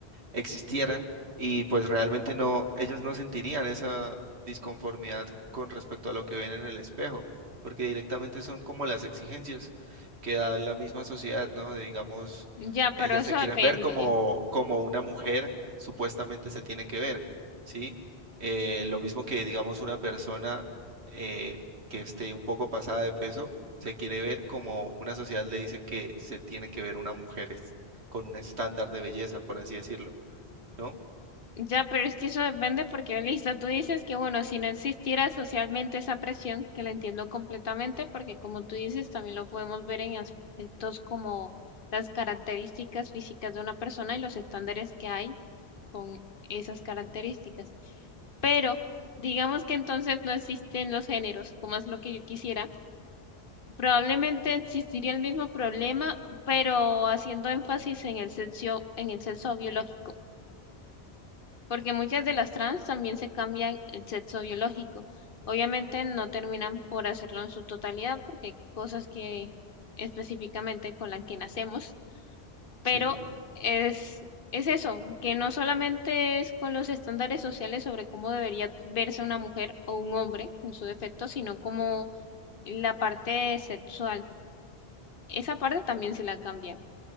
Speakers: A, on the right; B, on the left.
A: existieran y pues realmente no, ellos no sentirían esa disconformidad con respecto a lo que ven en el espejo, porque directamente son como las exigencias que da la misma sociedad, ¿no? De, digamos,
B: Ya,
A: ellas
B: pero eso
A: se quieren
B: depende.
A: ver como, como una mujer supuestamente se tiene que ver, ¿sí? Eh, lo mismo que, digamos, una persona eh, que esté un poco pasada de peso, se quiere ver como una sociedad le dice que se tiene que ver una mujer es- con un estándar de belleza, por así decirlo. ¿no?
B: Ya, pero es que eso depende porque, listo, tú dices que, bueno, si no existiera socialmente esa presión, que la entiendo completamente, porque como tú dices, también lo podemos ver en aspectos como las características físicas de una persona y los estándares que hay con esas características. Pero digamos que entonces no existen los géneros, como es lo que yo quisiera. Probablemente existiría el mismo problema, pero haciendo énfasis en el sexo, en el sexo biológico. porque muchas de las trans también se cambian el sexo biológico. Obviamente no terminan por hacerlo en su totalidad porque hay cosas que específicamente con las que nacemos, pero
A: Sí.
B: es, es eso, que no solamente es con los estándares sociales sobre cómo debería verse una mujer o un hombre en su defecto, sino como la parte sexual. Esa parte también se la cambian.